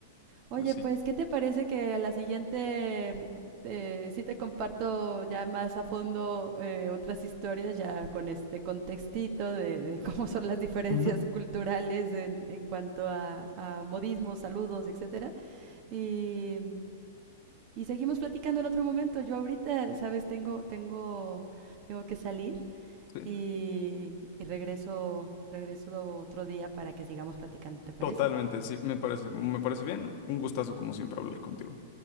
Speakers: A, on the right; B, on the left.
A: Oye,
B: pues sí.
A: pues, ¿qué te parece que a la siguiente eh, sí te comparto ya más a fondo eh, otras historias, ya con este contextito de, de <laughs> cómo son las diferencias
B: Ujú.
A: culturales en, en cuanto a, a, modismos, saludos, etcétera? Y, y, seguimos platicando en otro momento. Yo ahorita, sabes, tengo, tengo, tengo que salir
B: Sí,
A: y, y regreso, regreso otro día para que sigamos platicando, ¿te parece?
B: totalmente, sí, me parece, me parece bien. Un gustazo como siempre hablar contigo.